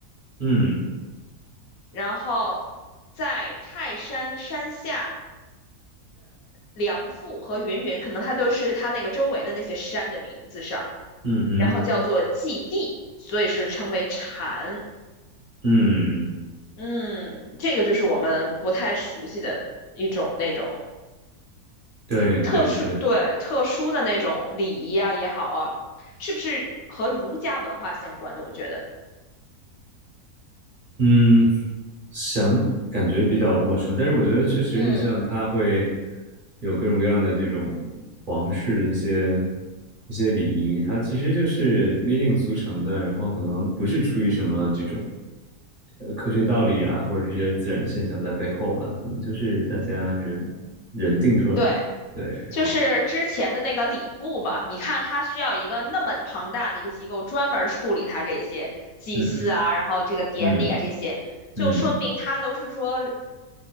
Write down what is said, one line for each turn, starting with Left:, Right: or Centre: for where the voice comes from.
Right: 嗯
Left: 然后在泰山山下梁父和云云，可能它都是它那个周围的那些山的名字上，
Right: 嗯哼，
Left: 然后叫做祭地，所以是称为禅。
Right: 嗯，
Left: 嗯，这个就是我们不太熟悉的一种那种。
Right: 对对对，
Left: 特殊，对，特殊的那种礼仪啊也好啊，是不是和儒家文化相关的？我觉得，
Right: 嗯。想感觉比较陌生，但是我觉得确实，
Left: 嗯，
Right: 你像它会有各种各样的这种皇室的一些一些礼仪，它其实就是约定俗成的，然后可能不是出于什么这种呃科学道理啊，或者是一些自然现象在背后吧，可能就是大家人人定出来的，
Left: 对，
Right: 对，
Left: 就是之前的那个礼部嘛，
Right: 然后
Left: 你看他需要一个那么庞大的一个机构专门处理他这些祭祀啊，
Right: 嗯
Left: 然后这个典礼啊这些，
Right: 嗯
Left: 就说明他都是说
Right: 嗯，